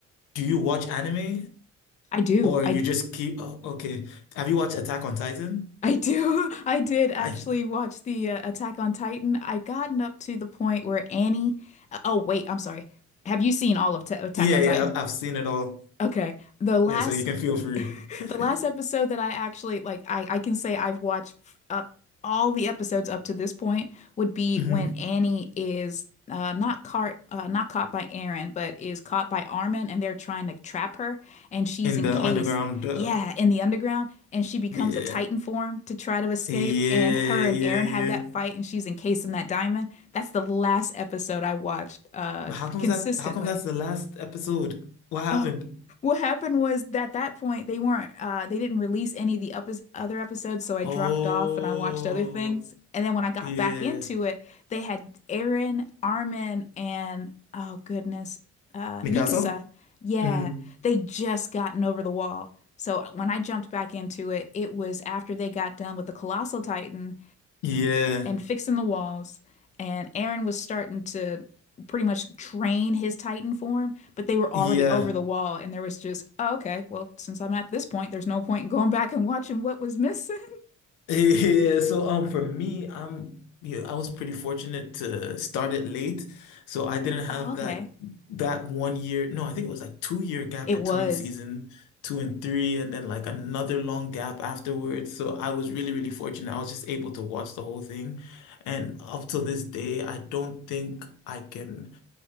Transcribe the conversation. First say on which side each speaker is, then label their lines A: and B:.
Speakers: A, on the left; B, on the left.
A: do you watch anime?
B: I do.
A: Or
B: I
A: you just keep, oh, okay. Have you watched Attack on Titan?
B: I do. <laughs> I did actually
A: I,
B: watch the uh, Attack on Titan. I gotten up to the point where Annie. uh, Oh wait, I'm sorry. Have you seen all of Ta Attack
A: yeah,
B: on
A: yeah,
B: Titan?
A: I- I've seen it all.
B: Okay, the last
A: Yeah, so you can feel free. <laughs>
B: the last episode that I actually like, I, I can say I've watched up all the episodes up to this point would be
A: Mhm.
B: when Annie is uh, not caught uh, not caught by Aaron, but is caught by Armin, and they're trying to trap her, and she's
A: In
B: encased,
A: the underground, uh,
B: yeah, in the underground, and she becomes
A: yeah,
B: a Titan form to try to escape,
A: yeah,
B: and her
A: yeah,
B: and Aaron have
A: yeah.
B: that fight, and she's encased in that diamond. That's the last episode I watched uh,
A: But how comes
B: consistently.
A: that, how come that's the last episode? What happened?
B: Oh, what happened was that at that point they weren't uh they didn't release any of the up other episodes, so I
A: Oh,
B: dropped off and I watched other things. And then when I got
A: yeah.
B: back into it, they had Aaron, Armin, and oh goodness, uh
A: Mikasa?
B: Mikasa. Yeah,
A: Mhm.
B: they just gotten over the wall. So when I jumped back into it, it was after they got done with the Colossal Titan
A: Yeah,
B: and fixing the walls. And Aaron was starting to pretty much train his Titan form, but they were already
A: yeah.
B: over the wall. And there was just, oh, okay, well, since I'm at this point, there's no point in going back and watching what was missing.
A: <laughs> Yeah, so um for me, I'm yeah, I was pretty fortunate to start it late. So I didn't have
B: <laughs> oh, okay.
A: that that one year. No, I think it was like two year gap
B: It
A: between
B: was
A: season two and three, and then like another long gap afterwards. So I was really, really fortunate. I was just able to watch the whole thing. And up till this day, I don't think I can